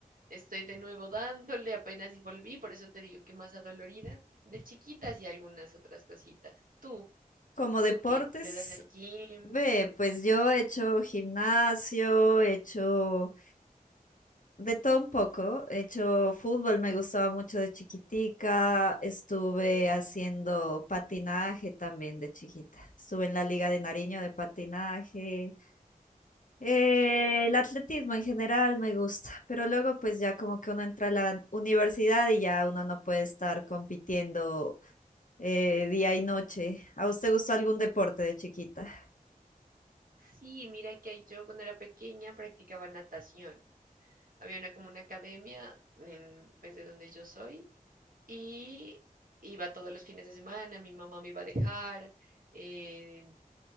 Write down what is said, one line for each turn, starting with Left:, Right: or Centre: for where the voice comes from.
Right: Estoy de nuevo dándole, apenas y volví, por eso te digo que más adolorida, de chiquitas y algunas otras cositas. Tú,
Left: Como deportes,
Right: tú que le das al gym.
Left: ve, pues yo he hecho gimnasio, he hecho de todo un poco. He hecho fútbol, me gustaba mucho de chiquitica. Estuve haciendo patinaje también de chiquita. Estuve en la Liga de Nariño de patinaje. Eh, el atletismo en general me gusta, pero luego pues ya como que uno entra a la universidad y ya uno no puede estar compitiendo eh, día y noche. ¿A usted gustó algún deporte de chiquita?
Right: Sí, mira que yo cuando era pequeña practicaba natación. Había una como una academia en, pues de donde yo soy y iba todos los fines de semana, mi mamá me iba a dejar, eh,